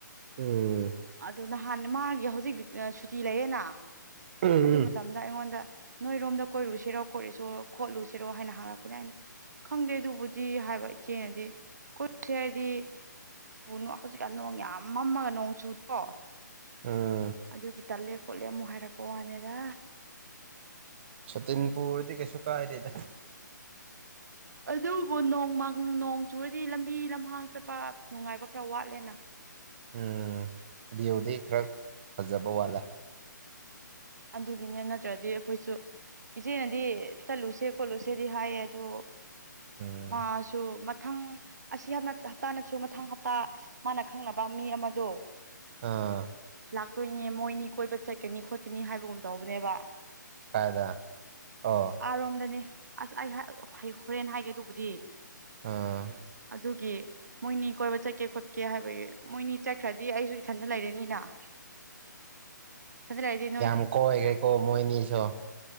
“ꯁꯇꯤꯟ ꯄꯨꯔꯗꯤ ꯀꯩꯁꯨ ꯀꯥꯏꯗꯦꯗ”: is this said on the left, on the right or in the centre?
Right